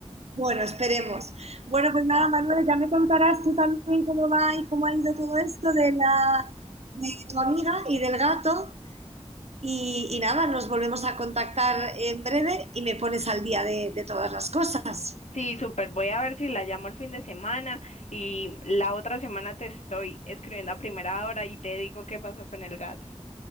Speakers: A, on the right; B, on the left.
A: Bueno, esperemos. Bueno, pues nada, Manuel, ya me contarás tú también cómo va y cómo ha ido todo esto de la de tu amiga y del gato. Y, y nada, nos volvemos a contactar en breve y me pones al día de, de todas las cosas.
B: Sí, súper. Voy a ver si la llamo el fin de semana y la otra semana te estoy escribiendo a primera hora y te digo qué pasó con el gato.